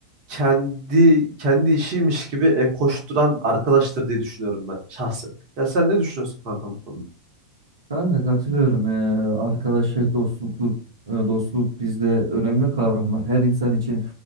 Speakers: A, on the right; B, on the right.
A: kendi kendi işiymiş gibi e, koşturan arkadaştır diye düşünüyorum ben şahsen. Ya sen ne düşünüyorsun kanka bu konuda?
B: Kanka katılıyorum. Ee, arkadaşlık, dostluk, dostluk bizde önemli kavramlar. Her insan için